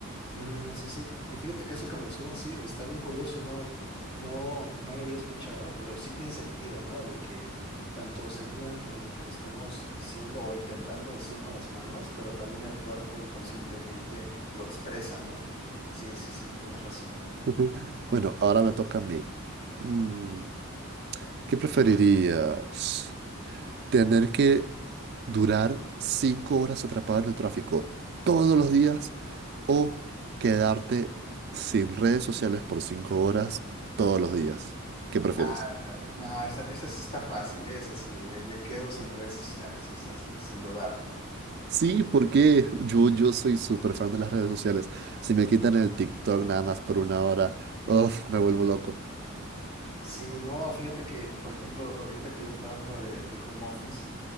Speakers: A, on the left (about 25°); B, on the right (about 50°).
A: Mm, sí, sí. Y fíjate que eso que mencionas, sí, está bien curioso. No, no, no lo había escuchado, pero sí tiene sentido, ¿no? De que tanto se guían por lo que le estamos diciendo o intentando decir con las manos, pero también el cuerpo inconscientemente lo expresa, ¿no? Sí, sí, sí, tienes razón.
B: <laughs> Ujú. Bueno, ahora me toca a mí. Mm, ¿qué preferirías? ¿Tener que durar cinco horas atrapado en el tráfico todos los días o quedarte sin redes sociales por cinco horas todos los días? ¿Qué prefieres?
A: Ah, no, esa, esa sí está fácil, ¿eh? esa sí, me, me quedo sin redes sociales, esa sí, sin dudarlo.
B: Sí,
A: Sí,
B: porque yo, yo soy súper fan de las redes sociales. Si me quitan el TikTok nada más por una hora, uf, me vuelvo loco.
A: sí, no, fíjate que, por ejemplo, ahorita que yo trabajo de, de home office,